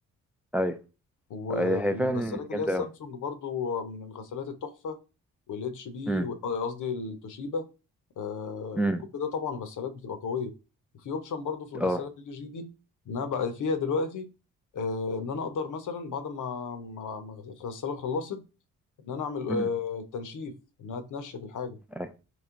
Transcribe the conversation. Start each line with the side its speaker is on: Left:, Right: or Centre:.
Centre: ايوه
Left: و-
Centre: آه، هي
Left: والغسالات
Centre: فعلا
Left: اللي
Centre: جامده
Left: هي السامسونج
Centre: قوي
Left: برضو من الغسالات التحفه والاتش بي
Centre: امم
Left: قصدي التوشيبا آه
Centre: امم
Left: كل ده طبعا غسالات بتبقى قويه وفي اوبشن برضو في الغساله
Centre: اه
Left: ال جي دي ان انا بقى فيها دلوقتي آه ان انا اقدر مثلا بعد ما ما ما الغساله خلصت ان انا اعمل آه
Centre: امم
Left: تنشيف انها تنشف الحاجه
Centre: ايوه